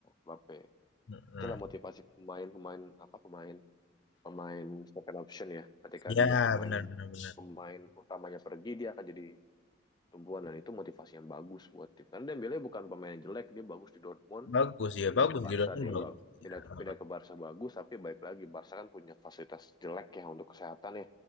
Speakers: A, on the left; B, on the left.
A: Mbappe.
B: Heeh.
A: Itulah motivasi pemain-pemain apa pemain pemain second option ya. Ketika
B: Ya
A: dia pemain
B: benar benar benar.
A: pemain utamanya pergi dia akan jadi tumbuhan dan itu motivasi yang bagus buat tim. Karena Dembele bukan pemain yang jelek, dia bagus di Dortmund,
B: Bagus ya
A: pindah
B: bagus
A: ke Barca
B: di Dortmund
A: dia
B: bagus.
A: ba- pindah
B: Ya.
A: ke pindah ke Barca bagus, tapi baik lagi Barca kan punya fasilitas jelek ya untuk kesehatan ya.